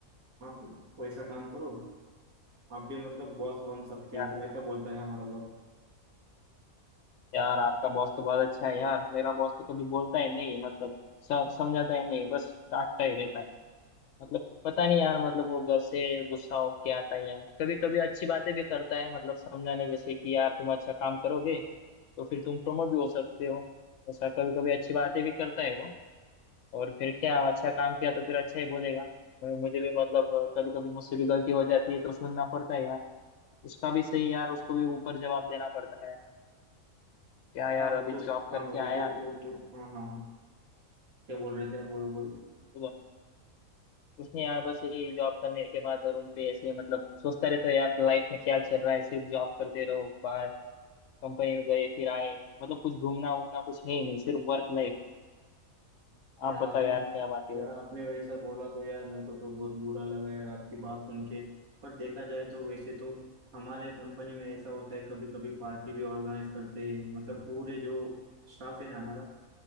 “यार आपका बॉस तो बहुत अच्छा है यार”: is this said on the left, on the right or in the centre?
Left